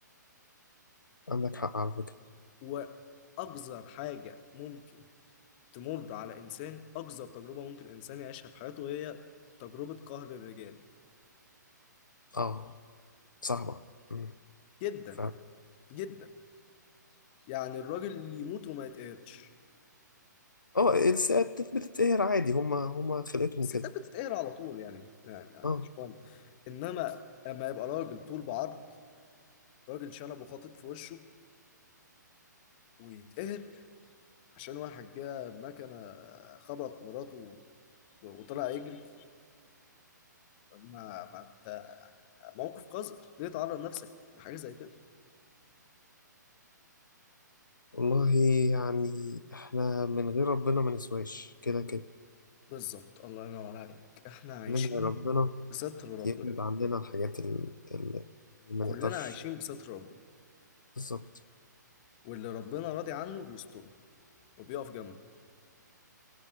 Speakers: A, on the left (about 85°); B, on the left (about 30°).
A: عندك حق على فكره
B: وأقذر حاجة ممكن تمر على إنسان أقذر تجربة ممكن إنسان يعيشها في حياته هي تجربة قهر الرجال
A: اه صعبة مم.
B: جدا
A: فعلا
B: جدا يعني الراجل يموت وما يتقهرش
A: اه الساعات بتتقهر عادي هما هما خلقتهم
B: الستات
A: كده
B: بتتقهر على طول يعني يعني يعني
A: اه
B: مش مهم إنما لما يبقى راجل طول بعرض راجل شنب وخاطب في وشه ويتقهر عشان واحد جه بمكنة خبط مراته و- وطلع يجري ما ما انت موقف قذر ليه تعرض نفسك لحاجة زي كده
A: والله يعني احنا من غير ربنا ما نسواش كده كده
B: بالظبط الله ينور عليك احنا عايشين
A: انما ربنا
B: بستر ربنا
A: يبعد عننا الحاجات ال- ال- اللي ما
B: كلنا
A: نقدرش
B: عايشين بستر ربنا
A: بالظبط
B: واللي ربنا راضي عنه بيستره وبيقف جنبه